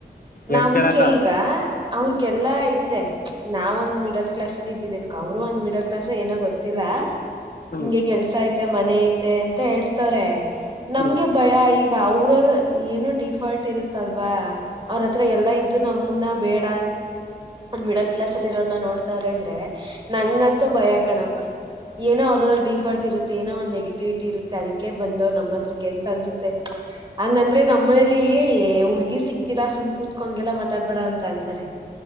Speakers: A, on the left (about 55°); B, on the right (about 25°).
A: ಹೆಣ್ಣು
B: ನಮ್ಗೆ
A: ಕೇಳಾಕ
B: ಈಗ ಅವ್ರಗೆಲ್ಲಾ ಐತೆ ನಾವಂದು ಮಿಡಲ್ ಕ್ಲಾಸ್ ಅಲ್ಲಿ ಇದನ್ ಅವರು ಒಂದ ಮಿಡಲ್ ಕ್ಲಸ್ ಏನೋ ಗೊತ್ತಿಲ್ಲಾ
A: ಹ್ಞೂ
B: ಹಿಂಗೆ ಕೆಲ್ಸ ಐ ಮನ ಐತೆ ಅಂತ ಹೇಳ್ತಾರೆ
A: ಹ್ಞೂ
B: ನಮ್ಗೆ ಭಯ ಈ ಈಗ ಅವ್ರ ಏನು ಡಿಫಾಲ್ಟ್ ಇರತ್ತಲ್ವಾ ಅವ್ರತ್ರ ಎಲ್ಲಾ ಇದ್ದು ನಮಮ್ಮನ್ನ ಬೇಡ ಅ ಒಂದ್ ಮಿಡ ಕ್ಲಾಸ್ ಅಲ್ಲಿ ಇರೋ ನೋಡ್ತಾರ್ರ ಅಂದ್ರೆ ನಂಗಂತೂ ಭಯ ಕಣಪ ಏನೋ ಅವ್ರ ಡಿಫಾಲ್ಟ್ ಇರುತ್ತ ಏನೋ ಒಂದ್ ನೆಗೆಟಿವಿಟಿ ಇರುತ್ತೆ ಅದಕ್ಕೆ ಬಂದವ್ ನಮ್ಮ ಹತ್ರಕ್ಕೆ ಎಂತ ಅನ್ಸುತ್ತೆ ಹಂಗಂದ್ರೆ ನಮ್ಮನೇಲಿ ಹುಡ್ಗಿ ಸಿಕ್ತೀರಾ ಸುಮ್ ಕ ಕುತ್ಕೊಂಡಗೆಲ್ಲ ಮಾತಾಡ್ಬೇಡ ಅಂತ ಅಂತಾರೆ